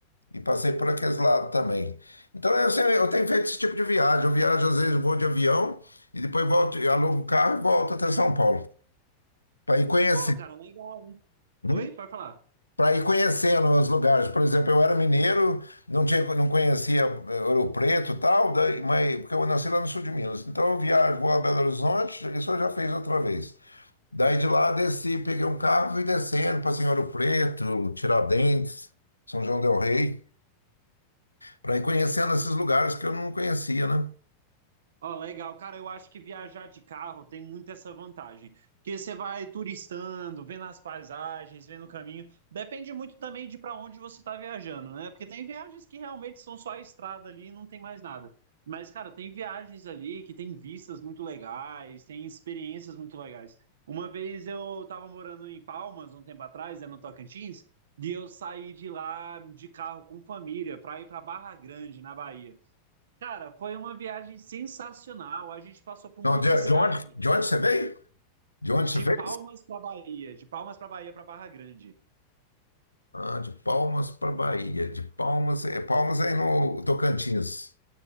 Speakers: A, on the left; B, on the right.
A: e passei por aqueles lados também. Então eu, sempre- eu tenho feito esse tipo de viagem. Eu viajo, às vezes, vou de avião e depois volto, eu alugo um carro e volto até São Paulo para ir conhecer.
B: Pô, cara, legal. hein?
A: Hum?
B: Oi, pode falar.
A: para ir conhecendo os lugares. Por exemplo, eu era mineiro, não tinha, não conhecia eh, Ouro Preto e tal, daí- mas, porque eu nasci lá no sul de Minas. Então eu viajo, vou a Belo Horizonte, isso eu já fiz outra vez. Daí de lá desci, peguei um carro e descendo para Ouro Preto, Tiradentes, São João del Rei, para ir conhecendo esses lugares que eu não conhecia, né?
B: Ó, legal, cara, eu acho que viajar de carro tem muito essa vantagem, porque você vai turistando, vendo as paisagens, vendo o caminho. Depende muito também de para onde você está viajando, né? Porque tem viagens que realmente são só a estrada ali e não tem mais nada. Mas, cara, tem viagens ali que tem vistas muito legais, tem experiências muito legais. Uma vez eu estava morando em Palmas, um tempo atrás, né, no Tocantins, e eu saí de lá de carro com família para ir para Barra Grande, na Bahia. Cara, foi uma viagem sensacional. A gente passou por uma
A: Não,
B: outra
A: de,
B: cidade,
A: de onde,
B: cara.
A: de onde você veio? De onde
B: De
A: você veio?
B: Palmas para Bahia, de Palmas para Bahia para Barra Grande.
A: Ah, de Palmas para Bahia. De Palmas, é, Palmas é aí no Tocantins.